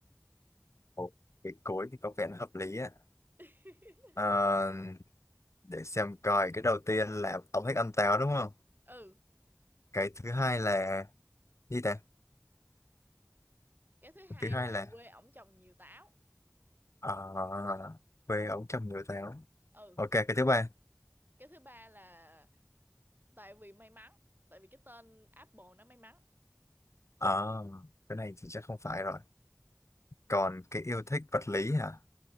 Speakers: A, on the left; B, on the right.
A: Ồ, cái cối thì có vẻ nó hợp lý á
B: <laughs>
A: à, để xem coi cái đầu tiên là tổng hết âm táo đúng không
B: ừ
A: cái thứ hai là gì ta
B: cái thứ hai
A: thứ hai
B: là
A: là
B: quê ổng trồng nhiều táo
A: ờ, quê ông chồng người táo
B: ừ
A: ok cái thứ ba
B: cái thứ ba là tại vì may mắn tại vì cái tên Apple nó may mắn
A: ờ, cái này thì chắc không phải rồi còn cái yêu thích vật lý hả